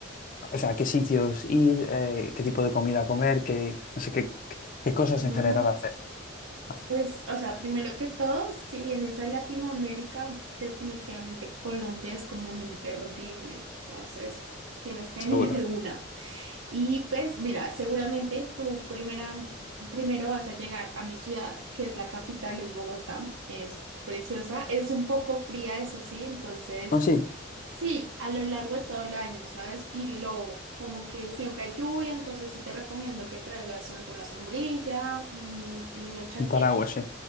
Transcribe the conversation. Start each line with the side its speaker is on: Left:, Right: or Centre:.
Left: o sea, a qué sitios ir, eh, qué tipo de comida comer, qué, no sé, qué, qué qué cosas
Right: No,
Left: en general hacer. hacer,
Right: pues, o sea, primero que todo, si vienes a Latinoamérica, definitivamente Colombia es como un imperdible. Entonces, tienes que
Left: Seguro.
Right: venir de una. Y pues, mira, seguramente tú primera, primero vas a llegar a mi ciudad, que es la capital, es Bogotá. Es preciosa, es un poco fría, eso sí, entonces.
Left: No, sí,
Right: Sí, a lo largo de todo el año, ¿sabes? Y lo, como que siempre hay lluvia, entonces sí te recomiendo que traigas alguna sombrilla, mm, y una chaqueta.
Left: un paraguas, sí.